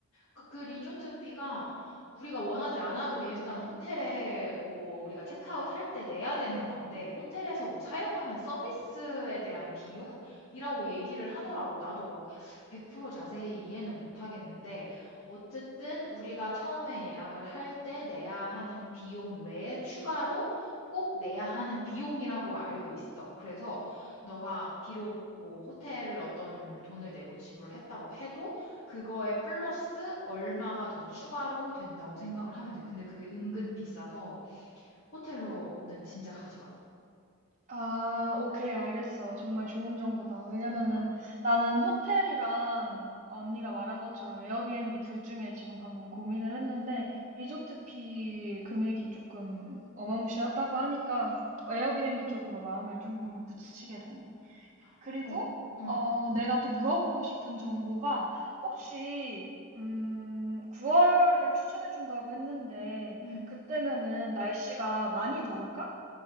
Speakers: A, on the left (about 70°); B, on the right (about 35°).
A: 그, 그 리조트비가 우리가 원하지 않아도 일단 호텔에 뭐 우리가 체크아웃 할 때 내야 되는 건데 호텔에서 뭐 사용하는 서비스에 대한 비용이라고 얘기를 하더라고. 나도 막 100% 자세히 이해는 못 하겠는데 어쨌든 우리가 처음에 예약을 할 때 내야 하는 비용 외에 추가로 꼭 내야 하는 비용이라고 알고 있어. 그래서 너가 비록 뭐 호텔을 어떤 돈을 내고 지불을 했다고 해도 그거에 플러스 얼마가 더 추가로 된다고 생각을 하면 돼. 근데 그게 은근 비싸서 호텔로는 진짜 가지 마.
B: 아, 오케이, 알겠어. 정말 좋은 정보다. 왜냐면은
A: 그니까.
B: 나는 호텔이랑 언니가 말한 것처럼 에어비앤비 둘 중에 지금 방금 고민을 했는데 리조트비 금액이 조금 어마무시하다고 하니까 에어비앤비 쪽으로 마음을 좀 굳히게 되네. 그리고
A: 러 어, 응,
B: 어, 내가 또 물어보고 싶은 정보가 혹시 음, 9월을 추천해 준다고 했는데
A: 응.
B: 그때면은 날씨가 많이 더울까?